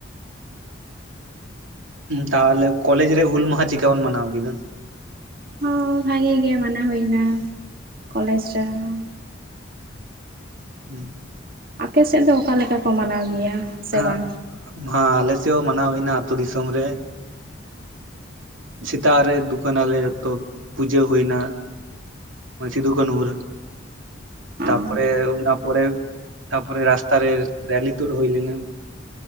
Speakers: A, on the right; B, on the right.
A: ᱛᱟᱦᱚᱞᱮ ᱠᱚᱞᱮᱡᱽ ᱨᱮ ᱦᱩᱞ ᱢᱟᱦᱟ ᱪᱤᱠᱟᱹ ᱵᱚᱱ ᱢᱟᱱᱟᱣ ᱠᱮᱫᱟ?
B: ᱦᱚᱸ ᱵᱷᱟᱜᱮ ᱜᱮ ᱢᱟᱱᱟᱣ ᱦᱩᱭ ᱮᱱᱟ ᱠᱚᱞᱮᱡᱽ ᱨᱮᱦᱚᱸ᱾
A: ᱦᱩᱸ
B: ᱟᱯᱮᱥᱮᱫ ᱫᱚ ᱚᱠᱟ ᱞᱮᱠᱟ ᱠᱚ ᱢᱟᱱᱟᱣ ᱜᱮᱭᱟ? ᱥᱮ
A: ᱦᱮᱸ
B: ᱵᱟᱝ
A: ᱦᱮᱸ ᱟᱞᱮ ᱥᱮᱫ ᱦᱚᱸ ᱢᱟᱱᱟᱣ ᱦᱩᱭᱱᱟ ᱟᱛᱳ ᱫᱤᱥᱚᱢ ᱨᱮ᱾ ᱥᱮᱛᱟᱜ ᱨᱮ ᱫᱩᱠᱟᱱᱟᱞᱮ ᱡᱚᱛᱚ ᱯᱩᱡᱟᱹ ᱦᱩᱭ ᱮᱱᱟ᱾ ᱥᱤᱫᱩ ᱠᱟᱱᱦᱩ ᱨᱮ᱾
B: ᱚ
A: ᱛᱟᱯᱚᱨᱮ ᱚᱱᱟ ᱯᱚᱨᱮ ᱛᱟᱯᱚᱨᱮ ᱨᱟᱥᱛᱟ ᱨᱮ ᱨᱮᱞᱤ ᱛᱩᱫ ᱦᱩᱭ ᱞᱮᱱᱟ᱾